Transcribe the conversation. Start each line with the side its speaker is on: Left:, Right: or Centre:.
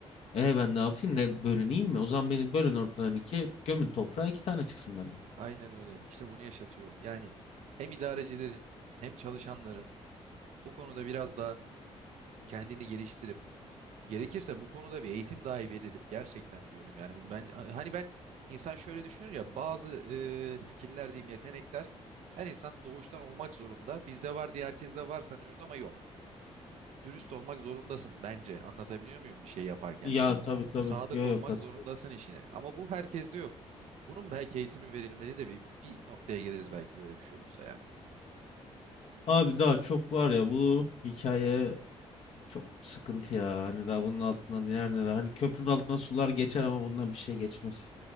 Left: E ben ne yapayım ne bölüneyim mi? O zaman beni bölün ortadan ikiye gömün toprağa iki tane çıksın benden.
Right: Aynen öyle. İşte bunu yaşatıyor. Yani hem idarecilerin hem çalışanların bu konuda biraz daha kendini geliştirip gerekirse bu konuda bir eğitim dahi verilip gerçekten diyorum yani bu ben hani ben insan şöyle düşünür ya bazı e, skill'ler diyeyim yetenekler her insan doğuştan olmak zorunda. Bizde var diye herkeste var sanıyoruz ama yok. Dürüst olmak zorundasın bence. Anlatabiliyor muyum bir şey yaparken?
Left: Ya tabii tabii
Right: Sadık
Left: yok
Right: olmak
Left: yok katılıyorum.
Right: zorundasın işine. Ama bu herkeste yok. Bunun belki eğitimi verilmeli de bir, bir noktaya geliriz belki böyle bir şey olursa ya.
Left: Abi daha çok var ya bu hikaye çok sıkıntı ya. Hani daha bunun altından neler neler. Hani köprünün altından sular geçer ama bundan bir şey geçmez.